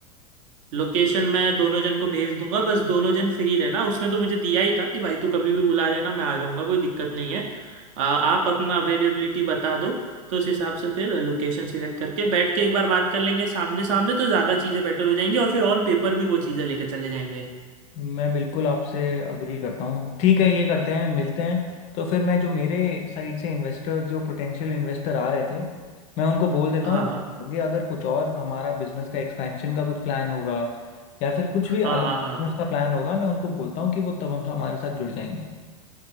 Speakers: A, on the right (about 55°); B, on the left (about 35°).
A: लोकेशन मैं दोनों जन को भेज दूंगा बस दोनों जन फ्री रहना उसने तो मुझे दिया ही था कि भाई तू कभी भी बुला लेना मैं आ जाऊंगा कोई दिक्कत नहीं है अ, आप अपना अवेलेबिलिटी बता दो तो उस हिसाब से फिर लोकेशन सिलेक्ट करके बैठ के एक बार बात कर लेंगे सामने सामने तो ज़्यादा चीज़ें बेटर हो जाएंगी और फिर ऑन पेपर भी वो चीज़ें लेके चले जाएंगे
B: मैं बिल्कुल आपसे अग्री करता हूँ ठीक है ये करते हैं मिलते हैं तो फिर मैं जो मेरे साइड से इन्वेस्टर जो पोटेंशियल इन्वेस्टर आ रहे थे मैं उनको बोल देता
A: हाँ
B: हूँ
A: हाँ
B: आगे अगर कुछ और हमारा बिजनेस का एक्सपेंशन का कुछ प्लान होगा या फिर कुछ
A: हाँ
B: भी अलग
A: हाँ हाँ।
B: बिजनेस का प्लान होगा मैं उनको बोलता हूँ कि वो तब हम हमारे साथ जुड़ जाएंगे